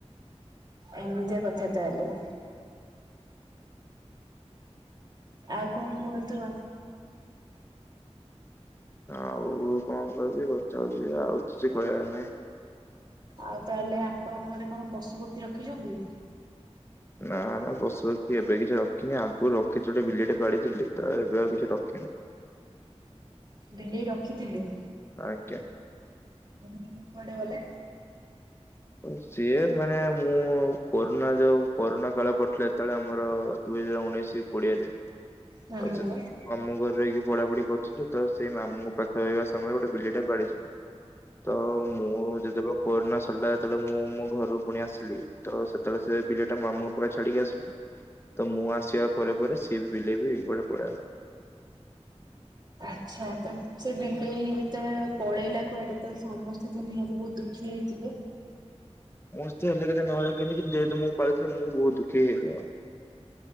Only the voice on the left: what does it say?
ଆଉ କଣ କହିବି କଥା ହଉଚି ଆଉ କିଛି କହିବାର ନାଇଁ।
ନା ନା ପଶୁପକ୍ଷୀ ଏବେ କିଛି ରଖିନି। ଆଗରୁ ରଖିକି ଗୋଟେ ବିଲେଇ ଟେ ପାଳିଥିଲି ତ ଏବେ ଆଉ କିଛି ରଖିନି।
ଆଜ୍ଞା।
ସିଏ ମାନେ ମୁଁ କୋରୋନା ଯୋଉ କୋରୋନା କାଳ ପଡିଥିଲା ଯେତେବେଳେ ଆମର ଦୁଇ ହଜାର ଉଣେଇଶ କୋଡ଼ିଏରେ,
ଅ ସେତି ମାମୁଁ ଘରେ ରହିକି ପଢାପଢି କରୁଥିଲି ତ ସେଇ ମାମୁଁଙ୍କ ପାଖରେ ରହିବା ସମୟରେ ଗୋଟେ ବିଲେଇଟା ପାଳିଚି। ତ ମୁଁ ଯେତେବେଳେ କୋରୋନା ସ ଥିଲା ଯେତେବେଳେ ମୁଁ ମୋ ଘରକୁ ପୁଣି ଆସିଲି ତ ସେତେବେଳେ ସେ ବିଲେଇଟା ମାମୁଁଙ୍କ ପାଖେ ଛାଡିକି ଆସିଲି। ତ ମୁଁ ଆସିବା ପରେ ପରେ ସିଏ ବି ବିଲେଇ ବି କୁଆଡେ ପଳେଇଲା।
ସମସ୍ତେ ହେଲେ କେତେ ନହେଲେ କେତେ କିନ୍ତୁ ଯେହେତୁ ମୁଁ ପାଳିଥିଲି ମୁଁ ବହୁତ ଦୁଖୀ ହେଇଗଲି ଆଉ।